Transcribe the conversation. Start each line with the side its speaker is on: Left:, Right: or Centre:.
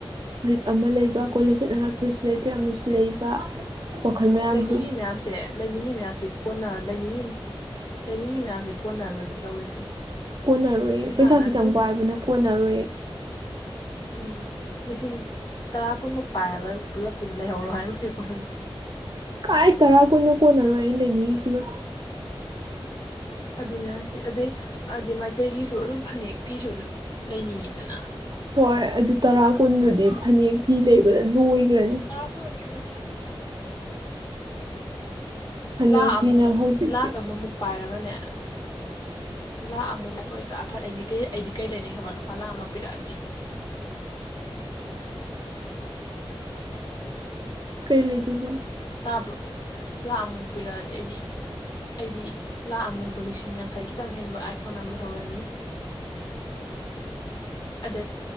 Right: ꯐꯨꯔꯤꯠ ꯑꯃ ꯂꯩꯕ
Left: ꯎꯝ
Right: ꯀꯣꯂꯦꯖ ꯆꯠꯅꯉꯥꯏ ꯐꯨꯔꯤꯠꯁꯨ ꯂꯩꯇꯔꯦ ꯑꯃꯁꯨ ꯂꯩꯕ ꯋꯥꯈꯜ ꯃꯌꯥꯝꯁꯦ
Left: ꯂꯩꯅꯤꯡꯉꯤ ꯃꯌꯥꯝꯁꯦ ꯂꯩꯅꯤꯡꯉꯤ ꯃꯌꯥꯝꯁꯤ ꯀꯣꯟꯅ ꯂꯩꯅꯤꯡꯉꯤ ꯂꯩꯅꯤꯡꯉꯤ ꯃꯌꯥꯝꯁꯦ ꯀꯣꯟꯅꯔꯣꯏꯕ ꯇꯧꯔꯤꯁꯦ
Right: ꯀꯣꯟꯅꯔꯣꯏꯌꯦ
Left: ꯄꯩꯁꯥꯅ
Right: ꯄꯩꯁꯥ ꯈꯤꯇꯪ
Left: ꯊꯨꯠ
Right: ꯄꯥꯏꯕꯅ ꯀꯣꯟꯅꯔꯣꯏꯌꯦ
Left: ꯎꯝ ꯂꯤꯁꯤꯡ ꯇꯔꯥ ꯀꯨꯟꯃꯨꯛ ꯄꯥꯏꯔꯒ ꯄꯨꯂꯞꯇꯨ ꯂꯩꯍꯧꯔꯣ ꯍꯥꯏꯕꯗꯤ ꯀꯣꯟꯅꯗꯧ
Right: ꯀꯥꯏ ꯇꯔꯥ ꯀꯨꯟꯅꯣ ꯀꯣꯟꯅꯔꯣꯏ ꯑꯩꯅ ꯂꯩꯅꯤꯡꯉꯤꯁꯤꯒ
Left: ꯑꯗꯨꯅꯦ ꯍꯥꯏꯁꯦ ꯑꯗꯩ ꯑꯗꯤ ꯃꯩꯇꯩꯒꯤꯁꯨ ꯑꯗꯨꯝ ꯐꯅꯦꯛ ꯐꯤꯁꯨ ꯂꯩꯅꯤꯡꯉꯤꯗꯅꯥ
Right: ꯍꯣꯏ ꯑꯗꯨ ꯇꯔꯥ ꯀꯨꯟꯗꯨꯗꯤ ꯐꯅꯦꯛ ꯐꯤ ꯂꯩꯕꯗ ꯂꯣꯏꯒ꯭ꯔꯅꯤ
Left: <unintelligible> ꯀꯩꯝ ꯅꯠꯇꯦ꯫
Right: ꯐꯅꯦꯛ
Left: ꯂꯥ ꯑꯃꯃꯨꯛ
Right: ꯐꯤꯅ ꯍꯧꯖꯤꯛꯇꯤ
Left: ꯂꯥꯛ ꯑꯃꯃꯨꯛ ꯄꯥꯏꯔꯒꯅꯦ ꯂꯥꯛꯑ ꯑꯃꯨꯛ ꯉꯥꯏꯄꯑꯣꯏꯗ꯭ꯔꯥ ꯑꯐꯠ ꯑꯩꯗꯤ ꯀꯩ ꯑꯩꯗꯤ ꯀꯩ ꯂꯩꯅꯤ ꯂꯨꯄꯥ ꯂꯥꯛ ꯑꯃ ꯄꯤꯔꯛꯑꯗꯤ
Right: ꯀꯩ ꯂꯤꯗꯨꯕ
Left: ꯇꯥꯕ꯭ꯔꯣ ꯂꯥꯛ ꯃꯨꯛ ꯄꯤꯔꯛꯑꯗꯤ ꯑꯩꯗꯤ ꯑꯩꯗꯤ ꯂꯥꯛ ꯑꯃꯃꯨꯛꯇꯣ ꯂꯤꯁꯤꯡ ꯌꯥꯡꯈꯩ ꯈꯤꯇꯪ ꯍꯦꯟꯕ ꯑꯥꯏꯐꯣꯟ ꯑꯃ ꯂꯩꯍꯧꯔꯅꯤ꯫ <unintelligible>